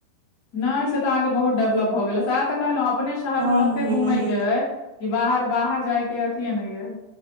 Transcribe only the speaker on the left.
नहि से तऽ अहाँके बहुत डेवलप भऽ गेल सएह तऽ कहलहु अपने शहर
मे तते
घूमय
के ये बाहर बाहर जाय के अथि नहि एय